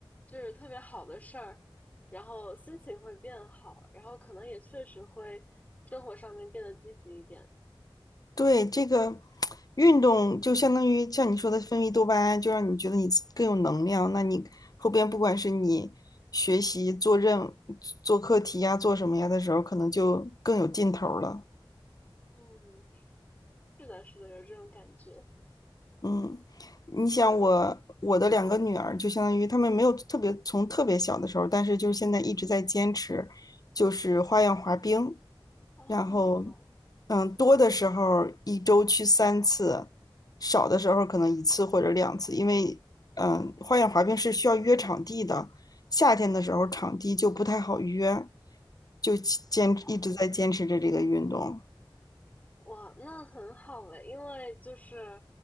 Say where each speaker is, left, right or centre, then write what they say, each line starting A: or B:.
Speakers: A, on the left; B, on the left.
A: 就是特别好的事儿。然后心情会变好，然后可能也确实会生活上面变得积极一点。
B: 对，这个运动就相当于像你说的分泌多巴胺，就让你觉得你更有能量。那你后边不管是你学习、做任做课题呀、做什么呀的时候，可能就更有劲头儿了。
A: 嗯，是的，是的，有这种感觉。
B: 嗯，你想我我的两个女儿，就相当于她们没有特别从特别小的时候，但是就是现在一直在坚持，就是花样滑冰，
A: 嗯，哦，
B: 然后嗯，多的时候一周去三次，少的时候可能一次或者两次，因为嗯，花样滑冰是需要约场地的，夏天的时候场地就不太好约，
A: 哦，
B: 就坚一直在坚持着这个运动。
A: 哦，哇，那很好诶，因为就是，